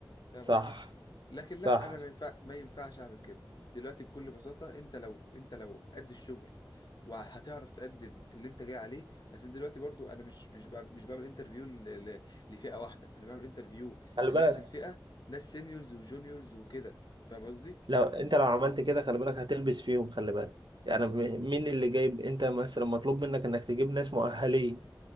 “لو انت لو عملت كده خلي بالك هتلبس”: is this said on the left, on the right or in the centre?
Right